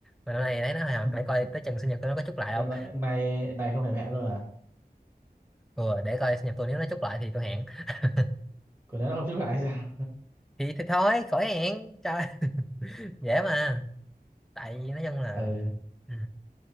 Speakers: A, in the centre; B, on the right.
A: mà hôm nay thấy nó hồi hộp,
B: <laughs>
A: để coi tới chừng sinh nhật tôi nó có chúc lại
B: bên
A: không
B: này này này không thèm hẹn luôn à
A: ừ, để coi sinh nhật tôi nếu nó chúc lại thì tôi hẹn <laughs>
B: của nó không chúc lại hay sao
A: thì, thì thôi khỏi hẹn trời <laughs> dễ mà tại vì nói chung là
B: <laughs> ừ
A: ừ.